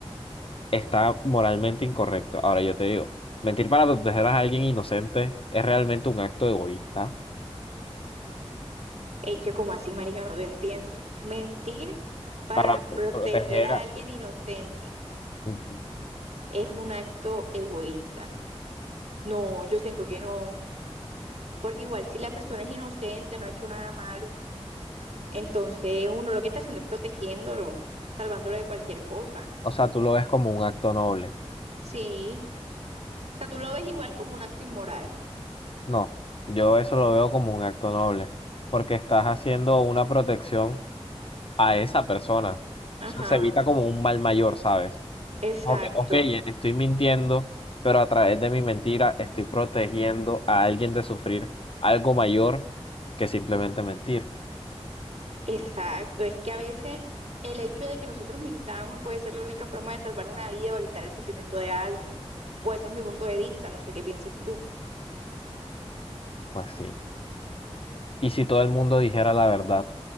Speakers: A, on the left; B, on the right.
A: está moralmente incorrecto. Ahora yo te digo, mentir para proteger a alguien inocente es realmente un acto egoísta
B: Hecho como así, marica, no te entiendo. Mentir para
A: para pro-
B: proteger
A: proteger
B: a
A: a...
B: alguien inocente
A: Ujú.
B: es un acto egoísta. No, yo siento que no. Porque igual si la persona es inocente, no ha hecho nada malo, entonces uno lo que está haciendo es protegiéndolo, salvándolo de cualquier cosa.
A: O sea, tú lo ves como un acto noble.
B: Sí. O sea, tú lo ves igual como un acto inmoral.
A: No, yo eso lo veo como un acto noble, porque estás haciendo una protección a esa persona.
B: Ajá.
A: O sea, se evita como un mal mayor, ¿sabes?
B: Exacto.
A: Ok, ok, estoy mintiendo, pero a través de mi mentira estoy protegiendo a alguien de sufrir algo mayor que simplemente mentir.
B: Exacto. Es que a veces el hecho de que nosotros mintamos puede ser la única forma de salvar una vida o evitar el sufrimiento de alguien. O ese es mi punto de vista, no sé qué pienses tú.
A: Pues sí. Y si todo el mundo dijera la verdad,